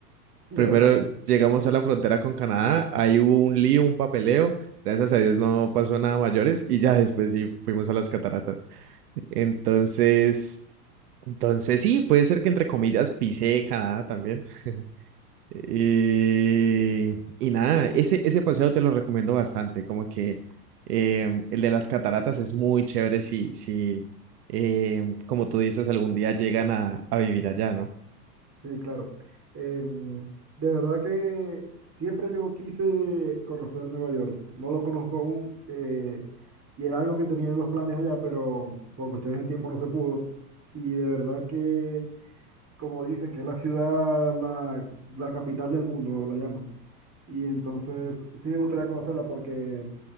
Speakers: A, on the right; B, on the right.
A: De
B: Primero
A: verdad,
B: llegamos a la frontera con Canadá, ahí hubo un lío, un papeleo, gracias a Dios no pasó nada mayores y ya después sí fuimos a las cataratas. Entonces, entonces sí, puede ser que entre comillas pisé Canadá también. Y, y nada, ese, ese paseo te lo recomiendo bastante, como que em, el de las cataratas es muy chévere si, si em, como tú dices, algún día llegan a, a vivir allá, ¿no?
A: sí, claro. Em, de verdad que siempre yo quise conocer Nueva York. No lo conozco aún eh, y era algo que tenía en los planes allá, pero por cuestiones de tiempo no se pudo. Y de verdad que como dicen, que es la ciudad, la, la capital del mundo, la llaman. Y entonces sí me gustaría conocerla porque